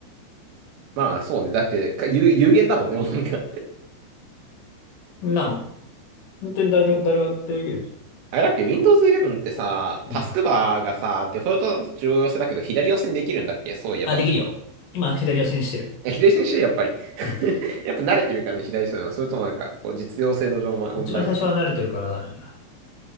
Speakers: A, on the right; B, on the left.
A: まあ、そうね。だって、か有、有限だもんね、もうなんか。
B: うんなの。本当に誰だ、誰ができる
A: あれだっけ、Windows 11ってさ、
B: うん。
A: タスクバーがさ、デフォルトだと中央寄せだけど、左寄せにできるんだっけそういえば。
B: あ、できるよ。今、左を線してる。
A: え左にしてやっぱり。
B: うん。
A: <laughs> やっぱ慣れてるからね、左寄せなの。それともなんか、こう、実用性の上の問題。
B: 一番最初は慣れてるからだね。